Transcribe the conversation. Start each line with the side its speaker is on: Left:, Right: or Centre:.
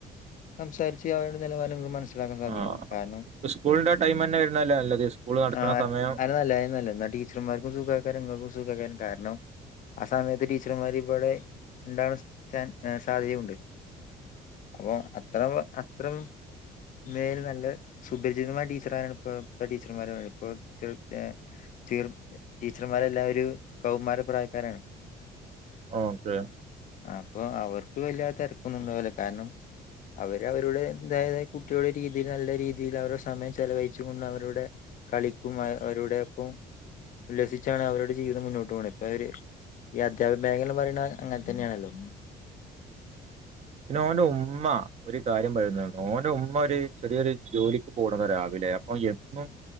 Left: സംസാരിച്ച് അവരുടെ നിലവാരം നിങ്ങക്ക് മനസ്സില ലാക്കാൻ സാധിക്കും
Right: ആഹ്
Left: കാരണം
Right: സ്കൂളിന്റെ ടൈം തന്നെ വരുന്നല്ലേ നല്ലത്. സ്കൂൾ നടക്ക്ണ
Left: ആ
Right: സമയം
Left: അത് നല്ലേ അത് നല്ലേ ടീ ടീച്ചർമാർക്കും സുഖേക്കാരം ഇങ്ങൾക്കു സുഖേക്കാരം കാരണം ആഹ് സമയത്ത് ടീച്ചർമാര് ഇവടെ ഇണ്ടാവാൻസ് ചേൻ ഏഹ് സാധ്യതയുണ്ട്. അപ്പോ അത്രള്ള അത്രയും മേൽ നല്ല സുപരിചിതമായ ടീച്ചർ ആരാണ് ഇപ്പം ഇപ്പം ടീച്ചർമാര് ഇപ്പം <unintelligible> ഏഹ് ചീർ ടീച്ചർമാരെല്ലാം ഒരു കൗമാര പ്രായക്കാരാണ്.
Right: ആഹ് ഓക്കെ
Left: അപ്പൊ അവർക്ക് വല്യ തെരക്കൊന്നും ഉണ്ടാവുല കാരണം അവര് അവരുടെ അതായത് കുട്ടികളുടെ രീതിൽ നല്ല രീതിയിൽ അവരുടെ സമയം ചെലവഴിച്ച് കൊണ്ട് അവരുടെ കളിക്കും അ അവരോടെ അപ്പം ഉല്ലസിച്ചാണ് അവരുടെ ജീവിതം മുന്നോട്ട് പോണേ ഇപ്പ അവര് ഈ അധ്യാപക മേഖല പറിണ അങ്ങനെ തന്നെയാണല്ലോ.
Right: പിന്നെ ഓന്റെ ഉമ്മ ഒരു കാര്യം പറയുന്നരുന്നു ഓൻ്റെ ഉമ്മ ഒര് ചെറിയൊരു ജോലിക്ക് പോട്ന്ന രാവിലെ ഓഹ് എന്നും